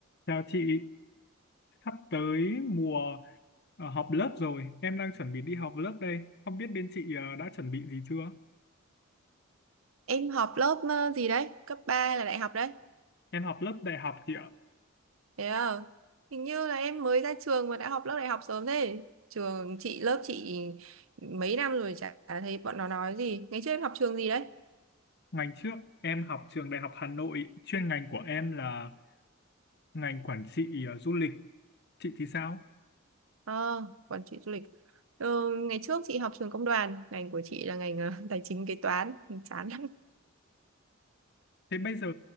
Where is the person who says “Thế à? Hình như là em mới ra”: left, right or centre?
Right